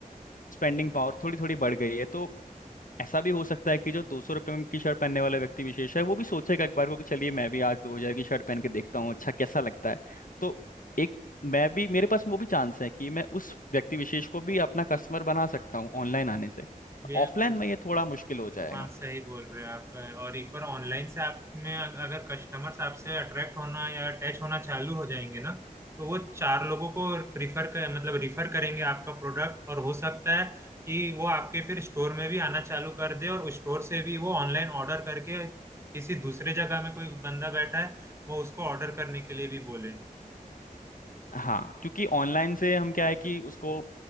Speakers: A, on the left; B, on the right.
A: स्पेंडिंग पावर थोड़ी थोड़ी बढ़ गई है तो ऐसा भी हो सकता है कि जो दो सौ रुपये की शर्ट पहनने वाला व्यक्ति विशेष है वो भी सोचेगा एक बार को कि चलिए मैं भी आज दो हजार की शर्ट पहन के देखता हूँ अच्छा कैसा लगता है तो एक मैं भी मेरे पास वो भी चांस है कि मैं उस व्यक्ति विशेष को भी अपना कस्टमर बना सकता हूँ ऑनलाइन आने से
B: बिल्कुल
A: ऑफलाइन में ये थोड़ा मुश्किल हो जाएगा
B: हाँ सही बोल रहे हो आप और एक बार ऑनलाइन से आप में अग- अगर कस्टमर्स आपसे अट्रैक्ट होना या अटैच होना चालू हो जाएंगे ना तो वो चार लोगों को प्रीफर कर मतलब रिफर करेंगे आपका प्रोडक्ट और हो सकता है कि वो आपके फिर स्टोर में भी आना चालू कर दे और उस स्टोर से भी वो ऑनलाइन ऑर्डर करके किसी दूसरे जगह में कोई बंदा बैठा है वो उसको ऑर्डर करने के लिए भी बोले
A: हाँ क्योंकि ऑनलाइन से हम क्या है कि उसको